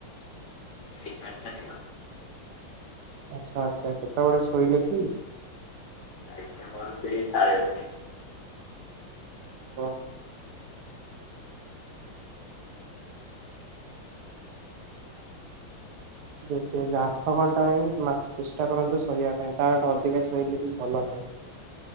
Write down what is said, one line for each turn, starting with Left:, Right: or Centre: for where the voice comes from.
Left: ଏଗାରଟା ହେଇଗଲା
Right: ଆଚ୍ଛା ଆଚ୍ଛା କେତେବେଳେ ଶୋଇଲେ କି?
Left: ଆଜ୍ଞା ମୋର ସେଇ ସାଢେ ଗୋଟେ।
Right: ହଁ। <unintelligible> ଆଠ ଘଣ୍ଟା ହିଁ ମା ଚେଷ୍ଟା କରନ୍ତୁ ଶୋଇବା ପାଇଁ ତାଠୁ ଅଧିକା ଶୋଇଲେ ବି ଭଲ ନାହିଁ।